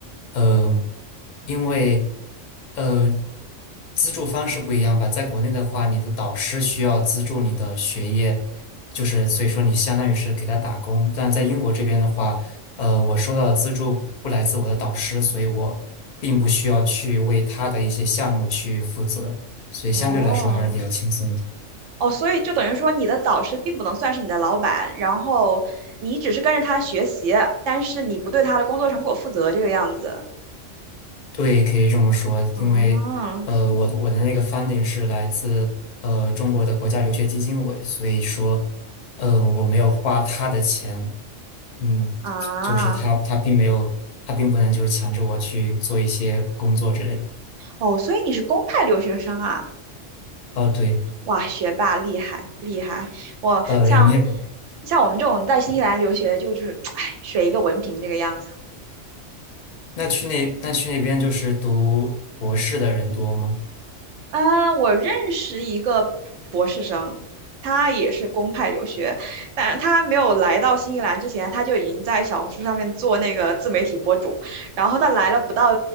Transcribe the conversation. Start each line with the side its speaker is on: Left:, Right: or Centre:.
Left: 呃，因为呃资助方式不一样吧，在国内的话，你的导师需要资助你的学业，就是所以说你相当于是给他打工，但在英国这边的话，呃，我收到的资助不来自我的导师，所以我并不需要去为他的一些项目去负责，所以相对来说还是比较轻松的。
Right: 哦哦，所以就等于说，你的导师并不能算是你的老板，然后你只是跟着他学习，但是你不对他的工作成果负责，这个样子。
Left: 对，可以这么说，
Right: 啊
Left: 因为呃，我的我的那个 funding 是来自呃中国的国家留学基金委，所以说，呃，我没有花他的钱，嗯，
Right: 啊
Left: 就是他他并没有，他并不能就是强制我去做一些工作之类的。
Right: 哦，所以你是公派留学生啊！
Left: 哦，对，
Right: 哇，学霸厉害厉害！我像
Left: 呃，也没有。
Right: 像我们这种在新西兰留学，就就是，<tsk> 哎，水一个文凭这个样子。
Left: 那去那那去那边就是读博士的人多吗？
Right: 啊，我认识一个博士生，他也是公派留学，但他没有来到新西兰之前，他就已经在小红书上面做那个自媒体博主，然后他来了不到